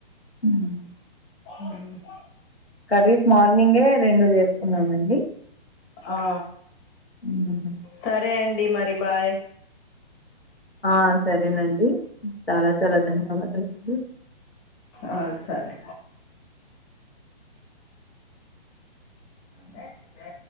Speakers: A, on the left; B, on the left.
A: ఉమ్
B: ఉమ్
A: కర్రీస్ మార్నింగే రెండు చేస్కున్నామండి
B: ఆ
A: హ్మ్.
B: సరే అండి మరి బాయ్
A: ఆ సరేనండి చాలా చాలా ధన్యవాదాలండి
B: ఆ సరే ఆ నెక్స్ డే